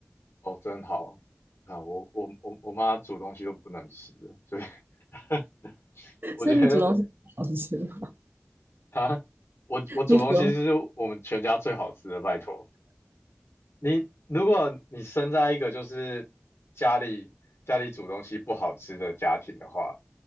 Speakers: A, on the left; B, on the right.
A: 哦，真好啊！我我我我妈煮东西都不能吃的，所以 <laughs> 我觉得
B: 所以你煮东西好吃吗？
A: 她我我煮东西是我们全家最好吃的，
B: 你煮东西
A: 拜托。你如果你生在一个就是家里家里煮东西不好吃的家庭的话，